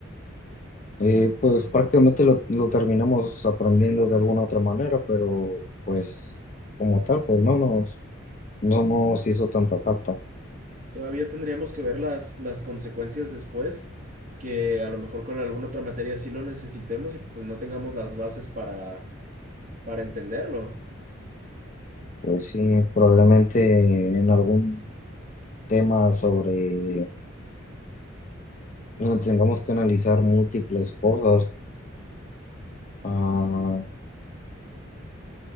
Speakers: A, on the left; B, on the right.
A: Eh, pues prácticamente lo, lo terminamos aprendiendo de alguna otra manera, pero pues como tal, pues no nos, no nos hizo tanta falta.
B: Todavía tendríamos que ver las, las consecuencias después, que a lo mejor con alguna otra materia sí lo necesitemos y pues no tengamos las bases para, para entenderlo.
A: Pues sí, probablemente en algún tema sobre no tengamos que analizar múltiples cosas. Ah,